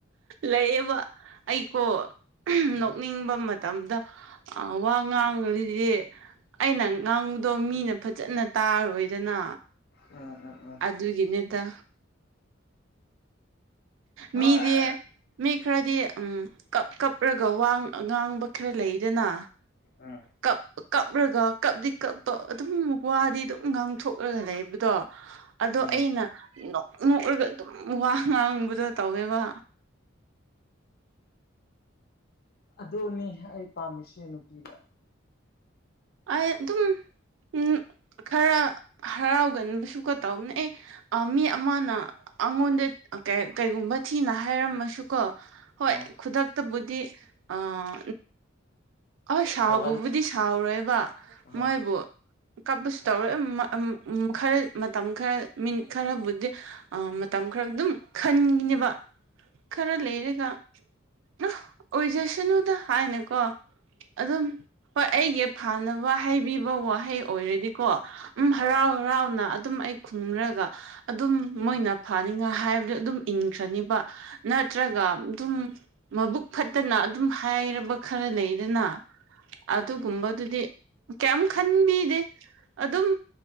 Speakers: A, on the right; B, on the left.
A: ꯂꯩꯌꯦꯕ ꯑꯩꯀꫭ
B: ꯎꯝ
A: ꯅꯣꯛꯅꯤꯡꯕꯃ ꯇꯝꯗ ꯑ ꯋꯥ ꯉꯥꯡꯔꯤꯗꯤ ꯑꯩꯅ ꯉꯥꯡꯕꯗꯣ ꯃꯤꯅ ꯐꯖꯅ ꯇꯥꯔꯣꯏꯗꯅ
B: ꯎꯝ ꯎꯝ ꯎꯝ
A: ꯑꯗꯨꯒꯤꯅꯤꯗ
B: ꯍꯣꯏ
A: ꯃꯤꯗꯤ ꯃꯤ ꯈꯔꯗꯤ ꯎꯝ ꯀꯞ ꯀꯞꯔꯒ ꯋꯥ ꯉꯥꯡꯕ ꯈꯔ ꯂꯩꯗꯅ
B: ꯑꯥ
A: ꯀꯞ ꯀꯞꯔꯒ ꯀꯞꯗꯤ ꯀꯞꯄ ꯑꯗꯨꯝ ꯋꯥꯗꯤ ꯗꯨꯝ ꯉꯥꯡꯊꯣꯛꯔꯒ ꯂꯩꯕ ꯗꯣ ꯑꯗꯣ
B: ꯎꯝ
A: ꯑꯩꯅ ꯅꯣꯛ ꯅꯣꯛꯂꯒ ꯑꯗꯨꯝ ꯋꯥ ꯉꯥꯡꯕꯗꯣ ꯇꯧꯋꯦꯕ
B: ꯑꯗꯨꯅꯤ ꯑꯩ ꯄꯥꯝꯃꯤꯁꯦ ꯅꯨꯄꯤꯗ
A: ꯑꯩ ꯑꯗꯨꯝ ꯎꯝ ꯈꯔ ꯍꯔꯥꯎꯒꯟꯕꯁꯨ ꯀ ꯇꯧꯕꯅꯦ ꯑꯩ ꯑ ꯃꯤ ꯑꯃꯅ ꯑꯉꯣꯟꯗ ꯑꯪ ꯀꯩꯒꯨꯝꯕ ꯊꯤꯅ ꯍꯥꯏꯔꯝꯃꯁꯨꯀꯣ ꯍꯣꯏ
B: ꯑꯥ
A: ꯈꯨꯗꯛꯇꯕꯨꯗꯤ ꯑꯥ ꯍꯣꯏ ꯁꯥꯎꯕꯕꯨꯗꯤ
B: ꯍꯧꯒꯠ
A: ꯁꯥꯎꯔꯣꯏꯕ
B: ꯑꯥ
A: ꯃꯣꯏ ꯕꯨ ꯀꯞꯄꯁꯨ ꯇꯧꯔꫭꯏ ꯑꯥ ꯎꯝ ꯈꯔ ꯃꯇꯝ ꯈꯔ ꯃꯤꯅꯤꯠ ꯈꯔꯕꯨꯗꯤ ꯑꯥ ꯃꯇꯝ ꯈꯔ ꯑꯗꯨꯝ ꯈꯟꯒꯤꯅꯦꯕ ꯈꯔ ꯂꯩꯔꯒ ꯅ ꯑꯣꯏꯖꯁꯅꯨꯗ ꯍꯥꯏꯅꯀꯣ ꯑꯗꯨꯝ ꯍꯣꯏ ꯑꯩꯒꯤ ꯐꯥꯅꯕ ꯍꯥꯏꯕꯤꯕ ꯋꯥꯍꯩ ꯑꯣꯏꯔꯗꯤꯀꯣ ꯎꯝ ꯍꯔꯥꯎ
B: ꯑꯥ
A: ꯍꯔꯥꯎꯅ ꯑꯗꯨꯝ ꯑꯩ ꯈꯨꯝꯔꯒ ꯑꯗꯨꯝ ꯃꯣꯏꯅ ꯐꯅꯤꯅ ꯍꯥꯏꯕꯗꯨ ꯑꯗꯨꯝ ꯏꯟꯈ꯭ꯔꯅꯤꯕ ꯅꯠꯇ꯭ꯔꯒ ꯑꯗꯨꯝ ꯃꯕꯨꯛ ꯐꯠꯇꯅ ꯑꯗꯨꯝ ꯍꯥꯏꯔꯕ ꯈꯔ ꯂꯩꯗꯅ ꯑꯗꯨꯒꯨꯝꯕꯗꯨ ꯀꯩꯝ ꯈꯟꯕꯤꯗꯦ ꯑꯗꯨꯝ